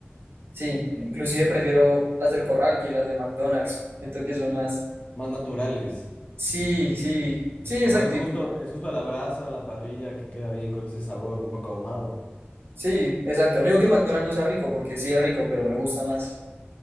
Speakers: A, on the right; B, on the left.
A: Sí, inclusive prefiero las del Corral que las de McDonald's. Siento que son más...
B: Más naturales.
A: Sí, sí, sí, exacto.
B: Como es justo, es justo a la brasa, a la parrilla, que queda bien con ese sabor un poco ahumado,
A: Sí, exacto. No digo que McDonald's no sea rico, porque sí es rico, pero me gusta más